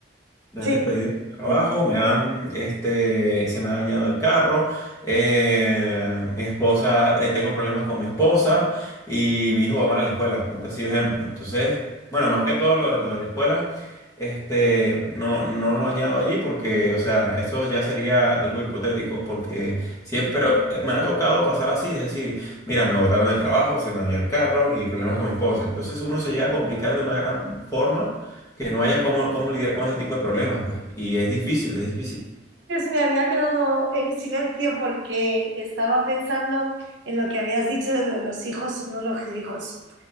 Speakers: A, on the left (about 20°); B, on the right (about 75°).
A: Me
B: sí.
A: han despedido del trabajo,
B: sí.
A: me han, este, se me ha dañado el carro, eh, mi esposa, eh, tengo problemas con mi esposa y mi hijo va mal a la escuela, por así ejemplo. Entonces, bueno, más que todo lo, de lo de la escuela, este, no, no lo añado allí porque, o sea, eso ya sería algo hipotético porque siempre eh, me ha tocado pasar así, es decir, mira, me botaron del trabajo, se me dañó el carro y problemas con mi esposa. Entonces uno se llega a complicar de una gran forma que no haya cómo, cómo lidiar con ese tipo de problemas, pues. Y es difícil, es difícil.
B: Pues me había quedado en silencio porque estaba pensando en lo que habías dicho de lo de los hijos o no los hijos.